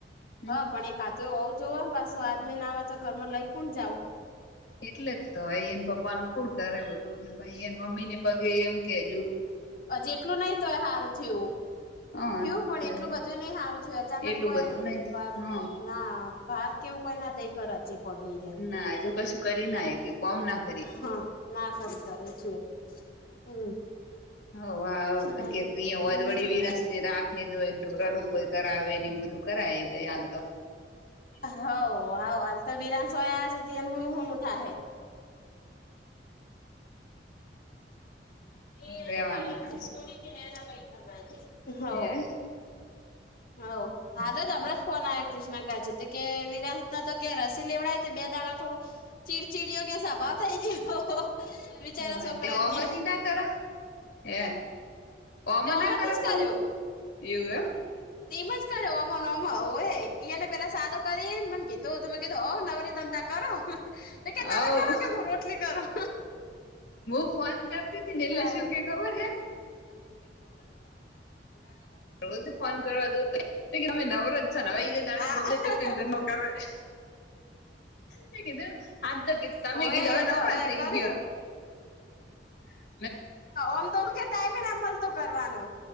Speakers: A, on the left; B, on the left.
A: હમ
B: હા પણ એક કા તો આવ તો હો ને પાછું આજને ના હોય તો ઘરમાં લઈ કોણ જાઓ
A: એટલે જ તોય એને પપ્પાનું ફૂણ કરે બધુંને પછ એને મમ્મી ને પગે એમ કેજું
B: જેટલું નહ તોય સારું થયું
A: ગયું
B: થયું પણ
A: હ
B: એટલું બધું નઈ સારું થયું અચાનક
A: એટલું
B: કોઈ
A: બધું નઈ
B: વાર
A: હ
B: ના ફાર કેવું કઈ ના દઈ કર છે પગીરે <unintelligible>
A: ના આજુ કશું કરી ના કે કોમ નાખ <unintelligible>
B: હા ના કમ તાર એટલી હમ <unintelligible>
A: હ હો
B: ચાલ
A: વડી
B: હું બીજું
A: વિરસ ને રાખે એ <unintelligible> કોઈ કર આવે નેવું બધું કરાવી દે હાલ તો.
B: હવ હાલતો વિિરાનસોયા હશે ત એ હન <unintelligible> હન <unintelligible> ઉ થાહે. <inaudible>
A: રેવાનું તાણ શું કરે હે
B: હવ હાલ જ હમણાં જ ફોન આ ક્રષ્ણા કા છે તો કે વિરાસતા તો કે રસી લેવડાય બે દાણા થોડું ચીડચીડીયો કં સભાવ થાય ગયો. બીચારા
A: હવ
B: છોકરાન
A: તે ઓમાંથી
B: કે
A: ના કર હે ઓમાં
B: તોમાંથી
A: ના કરે
B: જ
A: ફોન
B: કર્યો.
A: એવું હ.
B: તેમજ કર્યો અમમ હો ને પેલા સાદો કરીને મને કીતો હો ત. <unintelligible> ધવ નવરી દમતા કરો તો કે
A: હવ
B: તમે કરો કે હું રોટલી કરું.
A: હું ફોન કરતી હતી ને એટલે
B: હા
A: શું કે ખબર
B: હાલો.
A: રોજ ફોન કરવા જોતો હોય તમે નવરજ છ ને હવેતે દાડા
B: આ
A: બબે ત પંધ નોકા. <unintelligible> મે કીધું આજ તો તમે
B: હોય
A: કીધું હવે
B: એ તો
A: નવરા થઈ
B: કરી
A: ગયા. હ.
B: ઓમ તો ટાઈમને મળતો કરવાનું.